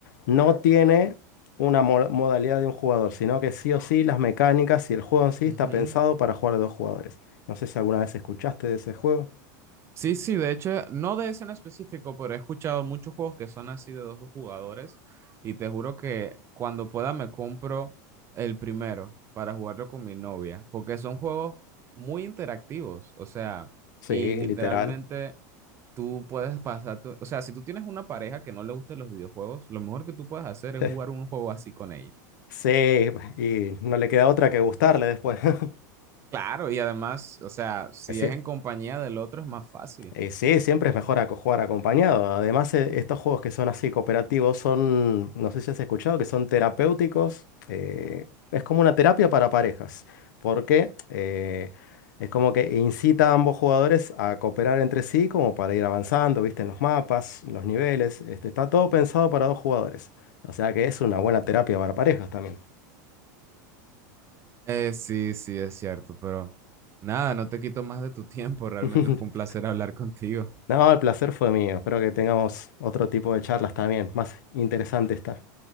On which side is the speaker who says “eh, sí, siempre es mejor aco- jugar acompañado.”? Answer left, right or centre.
Left